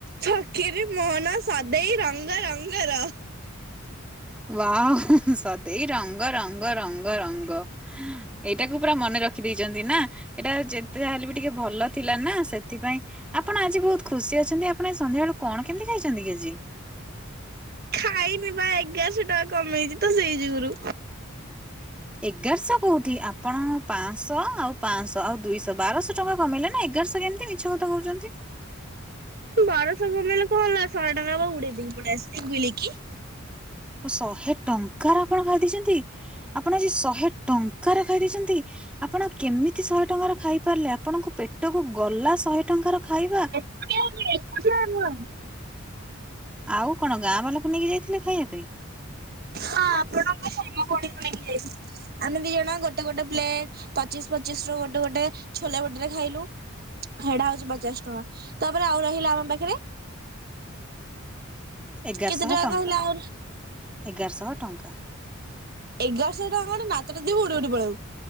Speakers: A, on the right; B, in the centre.
A: ଫକିରୀ ମୋହନ ସଦେଇ ରଙ୍ଗରଙ୍ଗର।
B: ୱାଓ ସଦେଇ ରଙ୍ଗ ରଙ୍ଗ ରଙ୍ଗ ରଙ୍ଗ। ଏଇଟାକୁ ପୁରା ମନେ ରଖି ଦେଇଛନ୍ତି ନା? ଏଇଟା ଯେତେ ଯାହେଲେ ବି ଟିକେ ଭଲ ଥିଲା ନା ସେଥିପାଇଁ ଆପଣ ଆଜି ବହୁତ ଖୁସି ଅଛନ୍ତି ଆପଣ ଆଜି ସନ୍ଧ୍ୟାବେଳୁ କଣ କେମିତି ଖାଇଛନ୍ତି କି ଆଜି?
A: ଖାଇନି ବା ଏଗାରଶହ ଟଙ୍କା କମେଇଛି ତ ସେଇ ଯୁଗୁରୁ।
B: ଏଗାରଶହ କୋଉଠି ଆପଣ ପାଞ୍ଚଶହ ଆଉ ପାଞ୍ଚଶହ ଆଉ ଦୁଇଶହ ବାରଶହ ଟଙ୍କା କମେଇଲେ ନା ଏଗାରଶହ କେମିତି? ମିଛ କଥା କହୁଛନ୍ତି।
A: ବାରଶହ କମେଇଲେ କଣ ହେଲା ଶହେ ଟଙ୍କା ବା ଉଡେଇ ଦେଇକି ପଳେଇ ଆସିଲି ବୁଲିକି।
B: ଓ ଶହେ ଟଙ୍କାର ଆପଣ ଖାଇ ଦେଇଛନ୍ତି। ଆପଣ ଆଜି ଶହେ ଟଙ୍କାର ଖାଇ ଦେଇଛନ୍ତି ଆପଣ? କେମିତି ଶହେ ଟଙ୍କାର ଖାଇ ପାରିଲେ ଆପଣଙ୍କ ପେଟକୁ ଗଲା ଶହେ ଟଙ୍କାର ଖାଇବା।
A: <unintelligible> ହଁ ହଁ।
B: ଆଉ କଣ ଗାଁ ବାଲାକୁ ନେଇକି ଯାଇଥିଲେ ଖାଇବା ପାଇଁ?
A: ହଁ ଆପଣଙ୍କ ସାନ ଭଉଣୀ କୁ ନେଇକି ଯାଇଥିଲି। ଆମେ ଦି ଜଣ ଗୋଟେ ଗୋଟେ ପ୍ଲେଟ ପଚିଶ ପଚିଶ ରୁ ଗୋଟେ ଗୋଟେ ଗୋଟେ ଛୋଲେ ଗୋଟରେ ଖାଇଲୁ ହେଡା ହଉଛି ପଚାଶ ଟଙ୍କା ତାପରେ ଆଉ ରହିଲା ଆମ ପାଖରେ
B: ଏଗାରଶହ
A: କେତେ
B: ଟଙ୍କା
A: କହିଲେ ଆଉ
B: ଏଗାରଶହ ଟଙ୍କା।
A: ଏଗାରଶହ ଟଙ୍କା ଗୋଟେ ନାତଟେ ଦେବି ଉଡି ଉଡି ପଳେଇବୁ